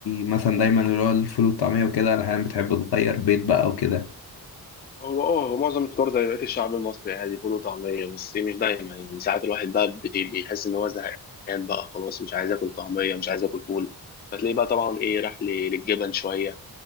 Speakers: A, on the left; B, on the left.
A: مثلا دايما اللي هو الفول والطعمية وكده ولا أحيانا بتحب تغير بيض بقى وكده
B: هو اه هو معظم الفطار زي بقيه الشعب المصري عادي فول وطعميه بس إيه، مش دايما يعني ساعات الواحد بقى بت- بيحس ان هو زهقان بقى خلاص مش عايز اكل طعميه مش عايز اكل فول فتلاقيه بقى طبعا ايه راح ل- للجبن شويه